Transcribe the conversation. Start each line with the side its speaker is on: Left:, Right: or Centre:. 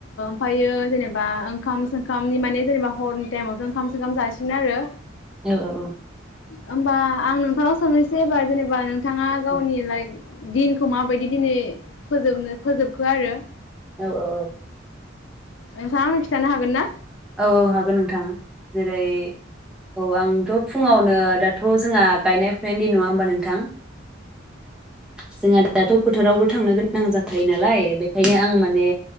Left: ओमफायो जेनोबा ओंखाम सोंखामनि माने जेनोबा हरनि टाइमावथ' ओंखाम सोंखाम जासिन आरो।
Centre: औ औ औ।
Left: होमबा आं नोंथांनाव सोंहनोसै एबार जेनोबा नों थाङा गावनि
Centre: औ
Left: लाइप दिनखौ माबायदि दिनै फोजोबनो फोजोबखो आरो
Centre: औ औ औ।
Left: नोंथांङा आंनो खिन्थानो हागोन ना?
Centre: औ औ हागोन नोंथां। जेरै औ आंथ' फुङाव नो दाथ' जोंहा गायनाय फुनायनि दिन नङा होनबा नोंथां? जोंहा दाथ' फोथारावबो थांनो गोनां जाखायो नालाय बेखायनो आं माने